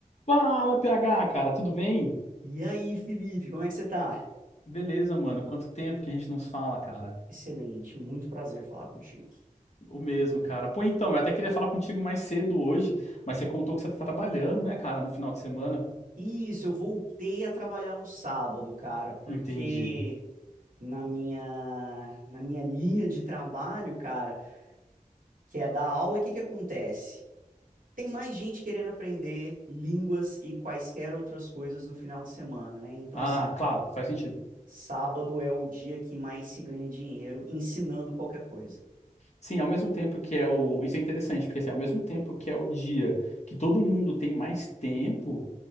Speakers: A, on the left; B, on the right.
A: Fala, PH, cara, tudo bem?
B: E aí, Felipe, como é que você tá?
A: Beleza, mano. Quanto tempo que a gente não se fala, cara?
B: Excelente, muito prazer falar contigo.
A: O mesmo, cara. Pô, então, eu até queria falar contigo mais cedo hoje, mas você contou que você tá trabalhando, né, cara, no final de semana.
B: Isso, eu voltei a trabalhar no sábado, cara, porque
A: Entendi.
B: na minha na minha linha de trabalho, cara, que é dar aula, o que que acontece? Tem mais gente querendo aprender línguas e quaisquer outras coisas no final de semana, né? Então,
A: Ah,
B: assim,
A: claro, faz sentido.
B: sábado é o dia que mais se ganha dinheiro ensinando qualquer coisa.
A: Sim, ao mesmo tempo que é o. Isso é interessante, porque assim, ao mesmo tempo que é o dia que todo mundo tem mais tempo,